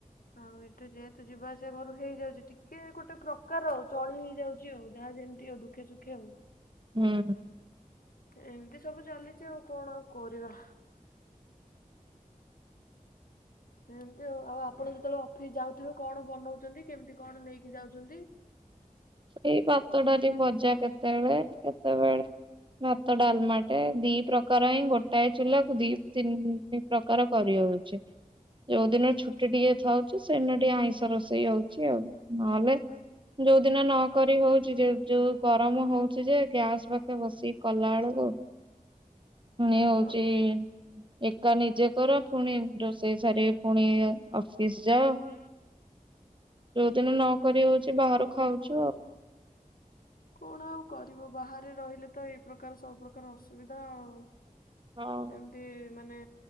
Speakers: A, on the left (about 85°); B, on the right (about 35°).
A: ଆଉ ଏଠୁ ଯେ ତୁ ଯିବାଆସିବା ଘରୁ ହେଇଯାଉଛି ଟିକେ ଗୋଟେ ପ୍ରକାର ଆଉ। ଚଳି ହେଇଯାଉଛି ଆଉ ଯାହା ଯେମିତି ଆଉ ଦୁଖେ ସୁଖେ ଆଉ।
B: ହୁଁ
A: ଏମିତି ସବୁ ଚାଲିଛି। ଆଉ କଣ ଆଉ କରିବା?
B: <inaudible> <inaudible>
A: ଏମତି ଆଉ ଆପଣ ଯେତେବେଳେ ଅଫିସ ଯାଉଥିବେ କଣ ବନଉଛନ୍ତି କେମିତି କଣ ନେଇକି ଯାଉଛନ୍ତି?
B: ସେଇ ଭାତ ଡାଲି ଭଜା କେତେବେଳେ କେତେବେଳେ ଭାତ ଡାଲମାଟେ ଦି ପ୍ରକାର ହିଁ ଗୋଟାଏ ଚୁଲାକୁ ଦି ତିନି ପ୍ରକାର କରିହଉଛି। ଯୋଉଦିନ ଛୁଟି ଟିକେ ଥାଉଛି ସେଦିନ ଟିକେ ଆଇଁଷ ରୋଷେଇ ହଉଛି। ଆଉ ନହେଲେ ଯୋଉଦିନ ନ କରି ହଉଛି ଯୋଉ ଗରମ ହଉଛି ଯେ ଗ୍ୟାସ ପାଖେ ବସିକି କଲାଳକୁ ଫୁଣି ହଉଚି
A: ଆଉ
B: ଏକା ନିଜେ କର ପୁଣି ରୋଷେଇ ସାରି ପୁଣି ଅଫିସ ଯାଅ।
A: ଯାଅ
B: ଯୋଉଦିନ ନ କରି ହଉଛି ବାହାରୁ ଖାଉଛୁ। ଆଉ
A: କଣ ଆଉ କରିବ ବାହାରେ ରହିଲେ ତ ଏଇ ପ୍ରକାର ସବୁପକାର ଅସୁବିଧା। ଆଉ
B: ହଉ
A: ଏମିତି ମାନେ